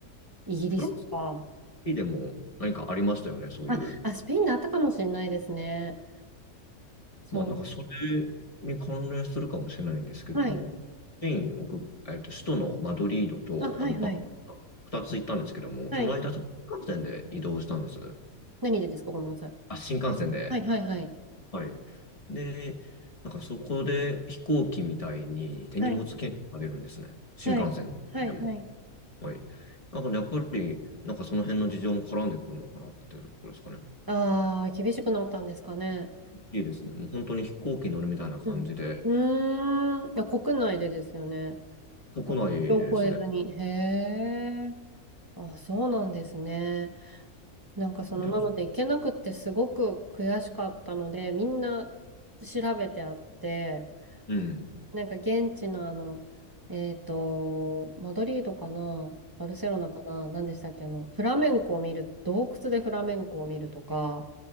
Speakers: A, on the right; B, on the left.
A: イギリスか。
B: フランスでも何かありましたよね、そういう。
A: あ、あ、スペインであったかもしれないですね。そ
B: まあ、なんかそれに関連するかもしれないんですけども、
A: う。はい。
B: スペイン、僕、えっと、首都のマドリードと、
A: あ、はい、
B: あとバルセロナ、
A: はい。
B: 二つ行ったんですけども、
A: はい。
B: その間、ちょっと新幹線で移動したんです。
A: 何でですかごめんなさい。
B: あ、新幹線で。
A: はいはいはい。
B: はい。で、なんかそこで飛行機みたいに手荷物検査されるんですね。
A: はい。
B: 新幹線でも。
A: はい。はいはい。
B: はい。だからやっぱり、なんかその辺の事情も絡んでくるのかなっていうところですかね。
A: ああ、厳しくなったんですかね。
B: いいですね。もう本当に飛行機に乗るみたいな感じで、
A: うん。うーん。いや、国内でですよね。
B: 国内でですね。
A: 国境を越えずに。へえ。あ、そうなんですね。なんかその、
B: で、
A: なので行けなくってすごく悔しかったので、みんな調べてあって、
B: うん。
A: なんか現地のあの、えっと、マドリードかな、バルセロナかな、何でしたっけ、あの、フラメンコを見る、洞窟でフラメンコを見るとか、